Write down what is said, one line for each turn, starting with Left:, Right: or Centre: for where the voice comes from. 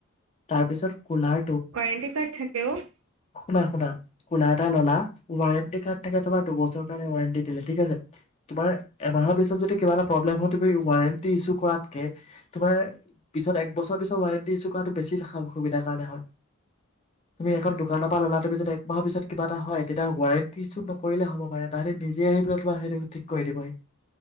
Left: তাৰ পিছত কুলাৰ
Right: কোৱাৰেণ্টি কাৰ্ড থাকে অ',।
Left: শুনা শুনা কোলা এটা ললা, ৱাৰেণ্টি কাৰ্ড থাকে তোমাৰ দুবছৰৰ কাৰণে ৱাৰেণ্টি দিলে ঠিক আছে। তুমাৰ এমাহৰ পিছত যদি কিবা এটা প্ৰব্লেম হয় তুমি ৱাৰেন্টি ইছোঁ কৰাতকে, তোমাৰ পিছত এক বছৰ পাছত ৱাৰেণ্টি ইছোঁ কোৱাতটো বেছি খা- অসুবিধাৰ কাৰণে হয়। তুমি এখন দোকানৰ পৰা ল'লা, তুমিদি এক মাহৰ পিছ কিবা এটা হয় এতিয়া ৱাৰেণ্টি ইছো নকৰিলে হ'ব পাৰে তাহাঁতে নিজে আহি পাই তোম সেইটো ঠিক কৰি দিবহি।